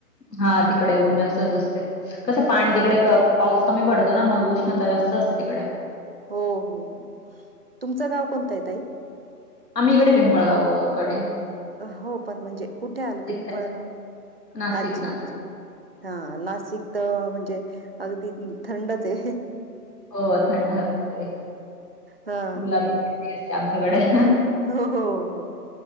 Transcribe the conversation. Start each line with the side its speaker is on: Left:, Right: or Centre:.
Left: हा तिकडे ऊन जास्तच असते कसं पाणी
Right: हा
Left: तिकडे क पाऊस कमी पडतो ना मग उष्णता जास्त असते तिकडे
Right: हो हो तुमचं गाव कोणतय तई?
Left: आम्ही इकडे, पिंपळगावकडे
Right: हो पण म्हणजे कुठे आलं पिंपळगाव?
Left: साईड. नाशिक
Right: अच्छा
Left: नाशिक
Right: अच्छा हा नाशिक तर म्हणजे, अगदी थंडचय.
Left: हो थंड हवेचय.
Right: हा
Left: गुलाबी <unintelligible> अशी आम एवढ्या.
Right: हो, हो